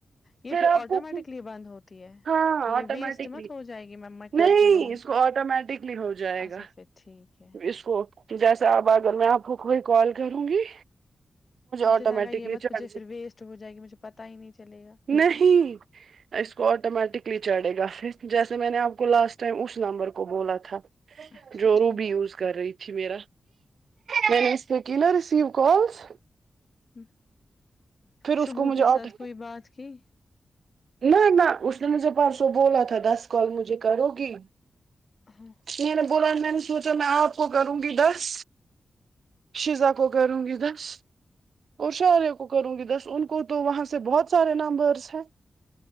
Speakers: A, on the left (about 45°); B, on the right (about 80°).
A: یہ پھر
B: آپ
A: آٹومیٹکلی
B: کو
A: بند ہوتا
B: ہاں
A: کہ یہ
B: آٹومیٹکلی
A: ویسٹ مت ہو جائے گی م میں کرتی
B: نہیں
A: رہوں گی
B: اس کو آٹومیٹکلی ہو جائے
A: اچھا
B: گا
A: پھر ٹھیک ہے
B: اس کو جیسا اب اگر میں آپ کو کوئی کال کروں گی
A: مجھے
B: آٹومیٹکلی
A: لگا یہ مت کجھے
B: چارج
A: پھر ویسٹ ہو جائے گی مجھے پتا ہی نہیں چل گا
B: نہیں اس کو آٹومیٹکلی چڑھے گا پھر جیسے میں نے آپ کو لاسٹ ٹائم اس نمبر کو بولا تھا
A: اچھا
B: جورو
A: ٹھیک
B: کر رہی تھی میرا میں نے اس کو کی نا رسیو کالس
A: ہ
B: پھر اس
A: شبو
B: کو مجھے
A: کے
B: آٹ
A: ساتھ کوئی بات کی
B: نہیں نہ اس نے مجھے پرسوں بولا تھا دس کال مجھے کرو گی
A: ہاں
B: میں نے بولا میں نے سوچا میں آپ کو کروں گی دس شیزا کو کروں گی دس اور شارے کو کروں گی دس ان کو تو وہاں سے بہت سارے نمبرس ہیں